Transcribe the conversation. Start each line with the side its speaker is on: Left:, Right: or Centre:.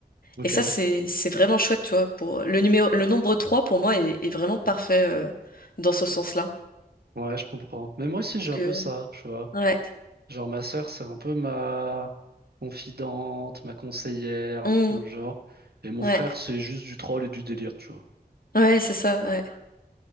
Right: Ok.
Left: Et ça, c'est c'est vraiment chouette, tu vois. Pour le numéro le nombre 3 pour moi est, est vraiment parfait euh, dans ce sens-là.
Right: Ouais, je comprends. Mais moi aussi, j'ai
Left: Parce que
Right: un peu ça, tu vois.
Left: ouais,
Right: Genre, ma sœur, c'est un peu ma confidente, ma conseillère,
Left: Hum,
Right: un truc dans le genre. Et mon
Left: ouais,
Right: frère, c'est juste du troll et du délire, tu vois.
Left: ouais, c'est ça. Ouais.